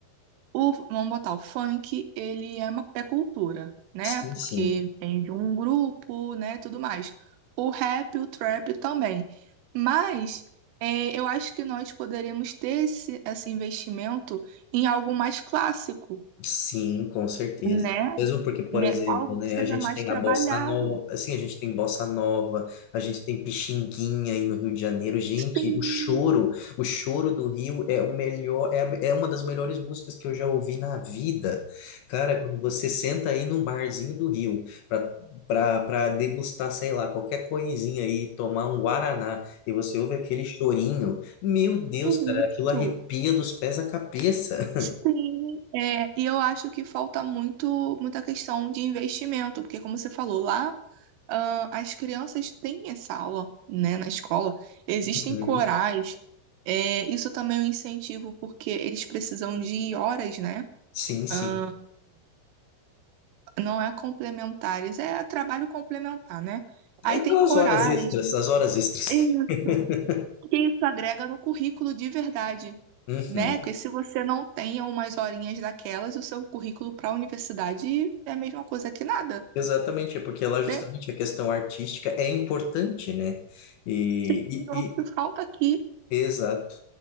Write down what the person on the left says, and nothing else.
Sim,
sim.
Sim, com certeza.
Mesmo porque, por
exemplo,
né,
a gente
tem
a bossa nova, assim, a gente tem bossa nova, a gente tem pichinguinha aí no Rio de Janeiro. Gente,
o choro, o choro do Rio é o melhor, é, a- é uma das melhores músicas que eu já ouvi na vida. Cara, quando você senta aí num barzinho do Rio para para para degustar, sei lá, qualquer coisinha aí, tomar um guaraná e você ouve aquele chorinho, meu Deus,
cara, aquilo arrepia dos pés à cabeça. <laughs>
Uhum.
Sim, sim.
É aquelas
horas extras, as horas extras.
<laughs>
Uhum.
Exatamente, é porque lá justamente
a questão artística é importante, né? E,
e-
e-
exato.